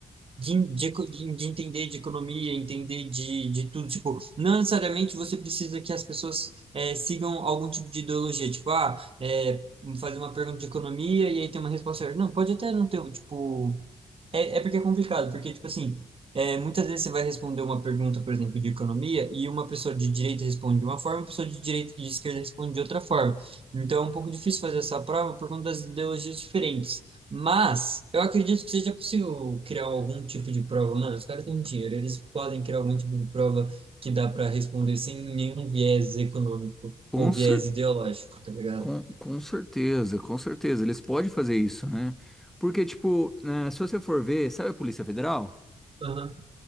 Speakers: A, on the right; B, in the centre.
A: de, de, eco- de, de entender de economia, entender de, de tudo. Tipo, não necessariamente você precisa que as pessoas é, sigam algum tipo de ideologia. Tipo, ah, é, fazer uma pergunta de economia e aí ter uma resposta certa. Não, pode até não ter, tipo, é, é porque é complicado, porque, tipo assim, é, muitas vezes você vai responder uma pergunta, por exemplo, de economia, e uma pessoa de direita responde de uma forma, uma pessoa de direita e de esquerda responde de outra forma. Então é um pouco difícil fazer essa prova por conta das ideologias diferentes. Mas eu acredito que seja possível criar algum tipo de prova. Mano, os caras têm dinheiro, eles podem criar algum tipo de prova que dá para responder sem nenhum viés econômico ou
B: Com
A: viés
B: cer
A: ideológico, tá ligado?
B: com, com certeza, com certeza, eles podem fazer isso, né? Porque tipo, eh, se você for ver, sabe a Polícia Federal?
A: Aham.